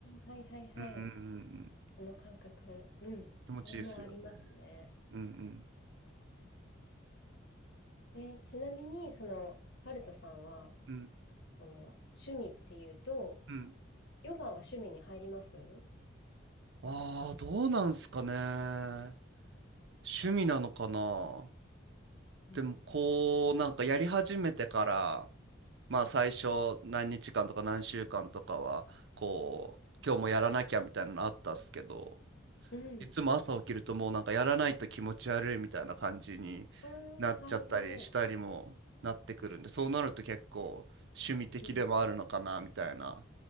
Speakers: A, on the left; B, on the right.
A: あ、はいはいはい。
B: うんうんうんうん
A: その感覚。うん。
B: 気持ちいいですよね。
A: それもありますね。
B: うんうん
A: うんえ、ちなみに、その、ハルトさんは、
B: うん
A: その、趣味っていうと、
B: うん
A: ヨガは趣味に入ります
B: ああーどうなんすかね。趣味なのかな。
A: うん。
B: でもこうなんかやり始めてからまあ最初何日間とか何週間とかはこう今日もやらなきゃみたいなのあったっすけど
A: うん。
B: いつも朝起きるともうなんかやらないと気持ち悪いみたいな感じになっちゃったりしたりもなってくるんでそうなると結構趣味的でもあるのかなみたいな
A: ああ、はいはい。うん。